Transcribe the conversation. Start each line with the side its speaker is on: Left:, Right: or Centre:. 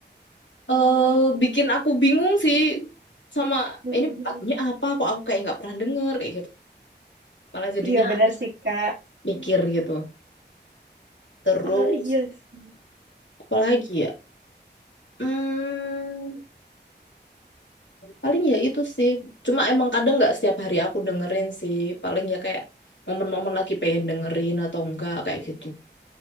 Left: eh, bikin aku bingung sih sama
Right: Mm-mm.
Left: ini lagunya apa kok aku kayak nggak pernah denger kayak gitu malah jadinya
Right: Iya, benar sih, Kak.
Left: mikir gitu terus
Right: Ah, iya sih.
Left: apalagi ya hmm Paling ya itu sih. Cuma emang kadang nggak setiap hari aku dengerin sih. Paling ya kayak momen-momen lagi pengen dengerin atau enggak kayak gitu.